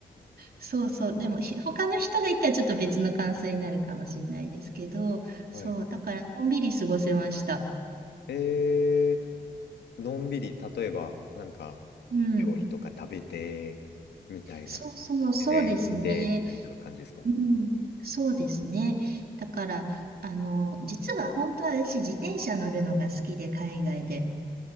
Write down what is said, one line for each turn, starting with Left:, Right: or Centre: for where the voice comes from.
Right: そうそう。でも、ひ他の人が行ったらちょっと別の感想になるかもしれないですけど、
Left: はい。
Right: そう、だからのんびり過ごせました。
Left: えー、のんびり、例えば、なんか、
Right: うん。
Left: 料理とか食べて、みたいな、
Right: そうそう、そうですね。
Left: 自然見て、みたいな感じですか
Right: うん。そうですね。だから、あの、実は本当は私、自転車乗るのが好きで、海外で。